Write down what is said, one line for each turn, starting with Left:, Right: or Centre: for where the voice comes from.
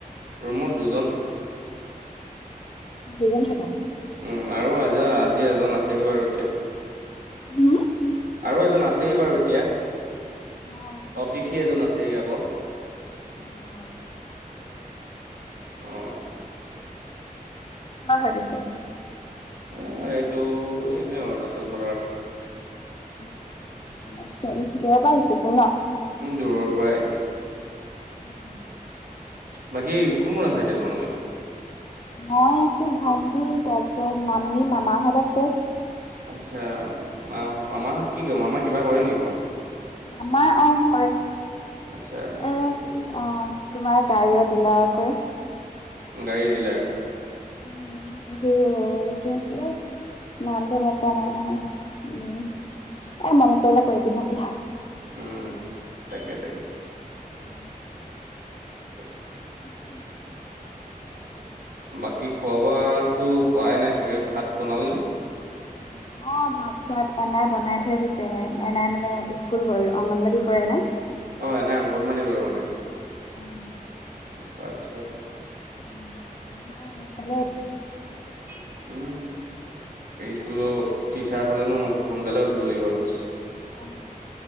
Right: ৰুমত দুজন।
Left: দুজন থাকা।
Right: উম' আৰু আজি, আজি এজন আছেহি বাৰু এতিয়া।
Left: হুম।
Right: আৰু এজন আছেহি বাৰু এতিয়া।
Left: অ'হ
Right: অতিথি এজন আছেহি আকৌ।
Left: অ'হ
Right: অ'
Left: কৰ হয় পিছে?
Right: আহ এইটো এনে অৰুণাচল ফালৰ।
Left: আচ্ছা, ওলাইছোঁ আৰু ঘৰৰ পৰাই শিকিছোঁ ন?
Right: উম' দূৰৰ পৰাই
Left: উম'।
Right: বাকী কোন কোন আছে এতিয়া তোমালোকে?
Left: মই আছোঁ, ভন্টি, তাৰপিছত মামী, মামাহঁত আছে।
Right: আচ্ছা, মা মামাহঁত কি কৰে? মামা কিবা কৰে নেকি তোমাৰ?
Left: আমাৰ অ' কৰে
Right: আচ্ছা
Left: এ অ'
Right: কি কৰে
Left: তোমাৰ গাড়ীৰ ডিলাৰত কৰে।
Right: গাড়ী ডিলাৰ।
Left: উম' সেইটো এইটো কৰে। নামটো মনত পৰা নাই নহয়, উম' এ মনত পৰিলে কৰি দিবা দিয়া।
Right: উম' তাকে তাকে।
Left: উম'।
Right: <unintelligible>
Left: উম'।
Right: বাকী খোৱা বোৱাটো কৰাই নাই চাগে ভাত বনাল
Left: নাই
Right: নে
Left: নাই।
Right: <inaudible>
Left: অ'! ভাত-চাত এনাই বনাই থৈ দিছে। এনাই মানে, স্কুল গ'ল, অংগনৱাড়ী কৰে, এনাই।
Right: অ'! এনাই অংগনৱাড়ী কৰে মানে?
Left: অ'!
Right: আচ্ছা-আচ্ছা।
Left: উম, অ'! সোনকালে উঠো।
Right: <unintelligible> উম। স্কুলৰ টিচাৰ হ'লেনো, সোনকালে উঠিব লাগিব আৰু।
Left: অ